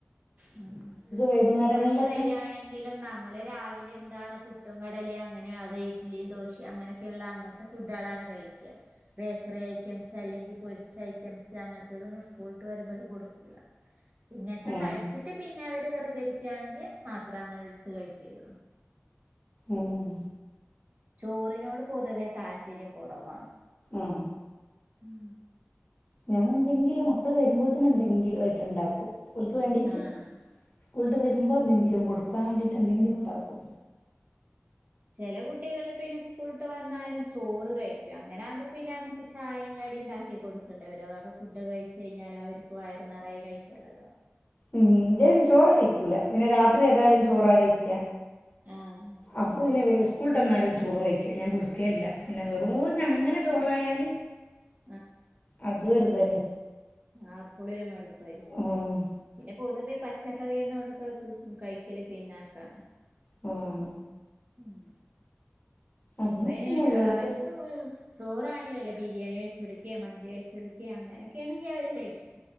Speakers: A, on the right; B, on the left.
A: ഉം
B: വൈകുന്നേരങ്ങളിലൊക്കെ
A: ഇസ്കൂൾട്ട് വെരാണെ
B: വരാണെങ്കിലും നമ്മള്
A: ങ്കിലും നമ്മള് രാവിലെ എന്താണ് പുട്ടും കടലേം അങ്ങനെ
B: രാവിലെ എന്താണ് പുട്ടും കടലയും
A: അതോ ഇഡ്ലിം
B: ഇഡ്ലി ദോശ
A: ദോശിം അങ്ങനെ
B: അങ്ങനെയൊക്കെയുള്ള
A: ക്കെള്ള അങ്ങൻത്തെ
B: അങ്ങനത്തെ
A: ഫുഡാളാണ്
B: ഫുഡുകളാണ്
A: കഴിക്ക.
B: കഴിക്കുക.
A: ബേക്കറി ഐറ്റംസ് അല്ലെങ്കി പൊരിച്ച ഐറ്റംസ് അങ്ങൻത്തെതൊന്നും സ്കൂൾട്ട് വരുമ്പള് കൊടുക്കൂല. ഇങ്ങൻത്തെ
B: ഉം
A: കഴിച്ചിട്ട് പിന്നെ അവര് വെറ്തെരിക്ക്യാണെങ്കി മാത്ര അങ്ങനെ ട്ത്ത് കഴിക്കൊള്ളൂ.
B: ഉം
A: ചോറിനോട് പൊതുവെ താല്പര്യം കൊറവാണ്.
B: ഉം
A: ഉം
B: ഞാനെന്തെങ്കിലും മക്കള് വരുമ്പോത്തിനെന്തെങ്കിലും ആയിട്ട് ഇണ്ടാക്കും ഓൽക്ക് വേണ്ടീട്ട്.
A: ആഹ്
B: സ്കൂൾട്ട് വെരുമ്പോ എന്തെങ്കിലും കൊടുക്കാൻ വേണ്ടിട്ട് എന്തെങ്കിലുണ്ടാക്കും
A: ചെലെ കുട്ടികള് പിന്നെ സ് കൂൾട്ട് വന്നാലും ചോറ് കഴിക്കും അങ്ങനാവുമ്പോ പിന്നെ അമക്ക് ചായിം കടി ണ്ടാക്കി കൊട് ക്കേണ്ടിവരൊ <unintelligible> ക്കെ ഫുഡൊക്കെ കഴിച്ച് കഴിഞ്ഞാലവര്ക്ക് വയറ് നറയെ കഴിക്ക <unintelligible>
B: ഉം ഇൻ്റെയ്‌ന് ചോറ് കഴിക്കൂല പിന്നെ രാത്രി ഏതായാലും ചോറ കഴിക്ക.
A: ആഹ്
B: അപ്പോൾ പിന്നെ വേ സ്കൂൾട്ടെന്നാലും ചോറ് കഴിക്ക ഞാൻ കൊട്ക്കേല്ല പിന്നെ വെറൂ ഞങ്ങനെ ചോറായാല്
A: ഉ
B: അതോര്തല്ലേ
A: ആഹ് അപ്പളൊരു മട്പ്പായിരിക്കും.
B: ഉം,
A: പിന്നെ പൊതുവേ പച്ചക്കറിയ എണ്ണതൊക്കെ പ് ഉം കഴിക്കല് പിന്നാക്കാണ്.
B: ഉം.
A: ഉം <inaudible>
B: അങ്ങനെയൊക്കെ
A: ഇപ്പ അയിന്
B: തന്നെ എല്ലായിടത്ത്
A: അവർക്ക് ചോറാണെങ്കിൽ അല്ലേ ബിരിയാണി വെച്ചെടുക്കുക, മന്തി വെച്ചെടുക്കുക അങ്ങനെയൊക്കൊണെങ്കിൽ അവര് കഴിക്കും